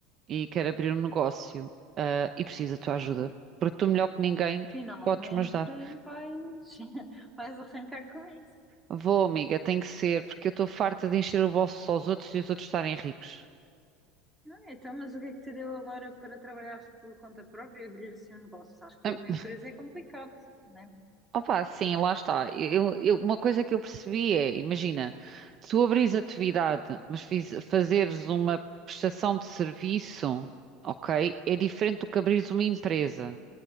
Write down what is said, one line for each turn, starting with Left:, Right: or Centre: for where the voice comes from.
Right: e quero abrir um negócio, eh, e preciso da tua ajuda,
Centre: Ah,
Right: porque tu, melhor que ninguém,
Centre: Finalmente
Right: podes-me ajudar.
Centre: vais, <laughs> vais arrancar com isso,
Right: Vou, amiga, tem que ser, porque eu estou farta de encher o bolso aos outros e os outros estarem ricos.
Centre: não é? Então, mas o que é que te deu agora para trabalhares por conta própria e abrir assim um negócio? Sabes que
Right: Hum,
Centre: ter uma empresa é complicado, né?
Right: Opa, sim, lá está. Eu- eu- uma coisa que eu percebi é, imagina, se tu abris atividade, mas fiz- fazeres uma prestação de serviço, ok, é diferente do que abris uma empresa.